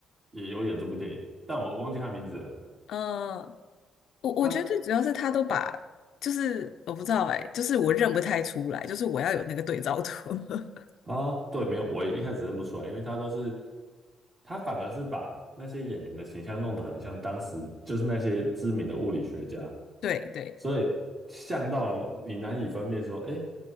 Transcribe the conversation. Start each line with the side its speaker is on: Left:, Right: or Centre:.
Right: 也有演这部电影，但我忘记他名字了。
Left: 呃，我我觉得最主要是他都把，
Right: 他
Left: 就是我不知道哎、就是我认不太出来，就是我要有那个对照图。<laughs>
Right: 啊，对，没有，我一开始认不出来，因为他都是他反而是把那些演员的形象弄得很像当时就是那些知名的物理学家，
Left: 对对
Right: 所以像到了你难以分辨说，哎，